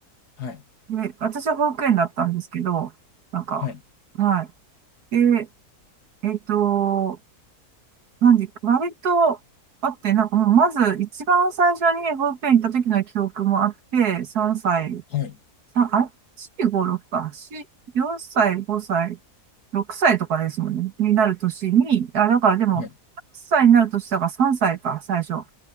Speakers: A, on the left; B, on the right.
A: はい。
B: で、私は保育園だったんですけど、なんか、
A: はい。
B: はい。で、えっと、なんで、割とあって、なんかもうまず一番最初に保育園行った時の記憶もあって、3歳
A: はい。
B: あ、あれ ?456 か。4、4歳、5歳、6歳とかですもんね。になる年に、あ、だからでも、
A: はい。
B: 8歳になる年だから3歳か、最初。